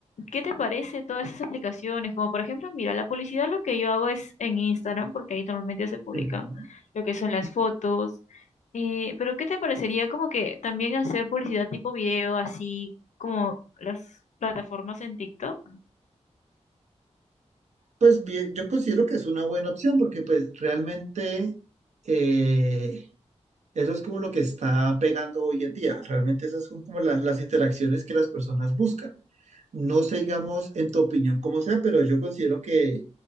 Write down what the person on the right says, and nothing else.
Ujú.
Pues bien, yo considero que es una buena opción porque pues realmente eh, eso es como lo que está pegando hoy en día. Realmente esas son como las, las interacciones que las personas buscan. No sé, digamos, en tu opinión, cómo sea, pero yo considero que